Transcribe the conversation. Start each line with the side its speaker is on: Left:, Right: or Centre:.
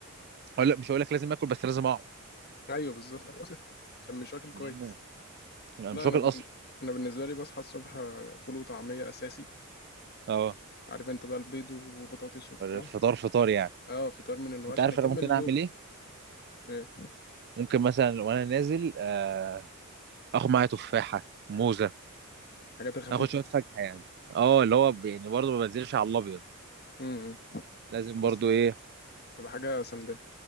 Right: هقول لك مش هقول لك لازم اكل بس لازم اقعد
Left: ايوه بالظبط <laughs> عشان مش واكل كويس
Right: لان انا
Left: لا
Right: مش واكل
Left: انا بن...
Right: اصلا
Left: انا بالنسبة لي بصحى الصبح فول وطعمية اساسي
Right: اه
Left: عارف انت بقى البيض وبطاطس وبتاع
Right: فطار فطار يعني
Left: اه فطار من اللي هو
Right: انت
Left: عشان
Right: عارف
Left: اكمل
Right: انا ممكن
Left: اليوم
Right: اعمل ايه
Left: ايه
Right: ممكن مثلا وانا نازل آه... اخد معايا تفاحه موزه
Left: الحاجات الخفيفه
Right: اخد شويه
Left: دي
Right: فاكهه يعني اه اللي هو ب- يعني برضه ما بنزلش على الابيض
Left: امم
Right: لازم برضه
Left: بس
Right: ايه
Left: تبقى حاجه سندال